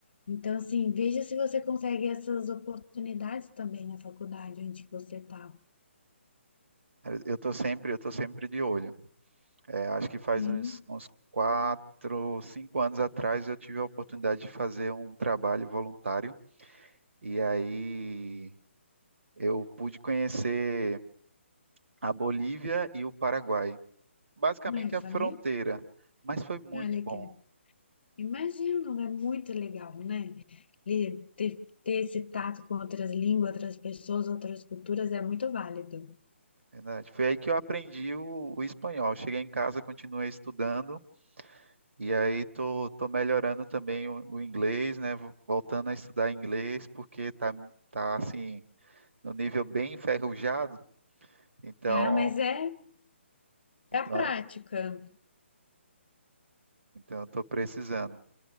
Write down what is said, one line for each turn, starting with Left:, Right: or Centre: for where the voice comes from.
Left: Então, assim, veja se você consegue essas oportunidades também na faculdade onde você está.
Right: Eu tô sempre, eu tô sempre de olho. É, acho que faz
Left: Sim,
Right: uns, uns quatro, cinco anos atrás eu tive a oportunidade de fazer um trabalho voluntário e aí eu pude conhecer a Bolívia e o Paraguai, basicamente
Left: mas eu
Right: a
Left: falei,
Right: fronteira, mas foi muito
Left: olha
Right: bom,
Left: que imagino, é muito legal, né? E Ter, ter esse tato com outras línguas, outras pessoas, outras culturas é muito válido.
Right: verdade. Foi aí que eu aprendi o, o espanhol. Cheguei em casa, continuei estudando e aí tô, tô melhorando também o, o inglês, né? Voltando a estudar inglês porque tá, tá assim no nível bem enferrujado, então,
Left: Ah, mas é,
Right: então,
Left: é a prática.
Right: é- então eu estou precisando.